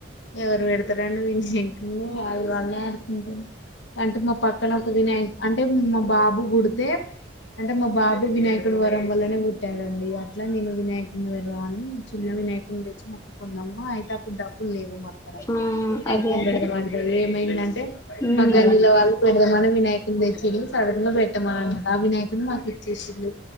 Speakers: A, on the left; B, on the left.
A: ఎవరు పెడతారండి వినాయకుడిని వాళ్ళ వాళ్ళ ఆడుకుంటాారు అంటే మా పక్కన ఒక వినాయ అంటే మా బాబు గుుడితే అంటే మా బాబు వినాయకుడు వరం వల్లనే పుట్టాలండి అట్లా నేను వినాయకుడిని వెళ్దామని చిన్న వినాయకుని వచ్చి మక్కుకున్నాము అయితే అప్పుడు డబ్బులు లేవు మా
B: ఆ
A: వినాయకుని
B: అదే అదే
A: పెడదామంటారు ఏమైందంటే
B: ఉమ్,
A: మా గల్లీలో వాళ్ళు పెడదామని వినాయకుని తెచ్చిండు సడన్ గా పెట్టమని అన్నమాట ఆ వినాయకుని మాకు ఇచ్చేసిళు